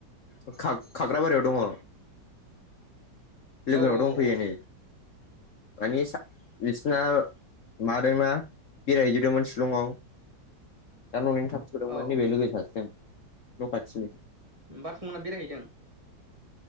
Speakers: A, on the left; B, on the right.
A: ओ खा-खाग्राबारियाव दङ लोगोनाव
B: औ औ
A: दंफैयो
B: औ
A: नै मानि सा बिसना मादैमोना बेरायहैजोबदोंमोन शिलंआव दा न'निनो थाब नुदोंमोन
B: औ
A: नैबे लोगो सासेजों न' खाथिनि
B: बारफुंमोनना बेरायहैदों